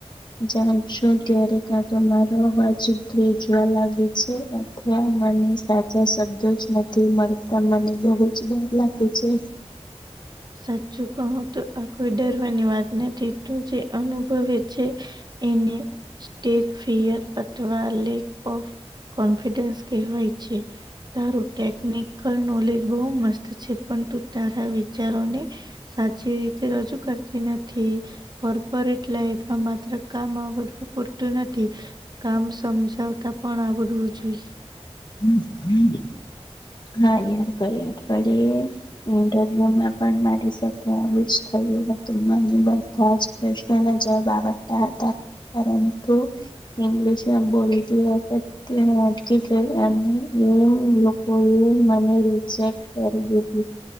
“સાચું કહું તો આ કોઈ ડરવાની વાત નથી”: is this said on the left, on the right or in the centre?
Right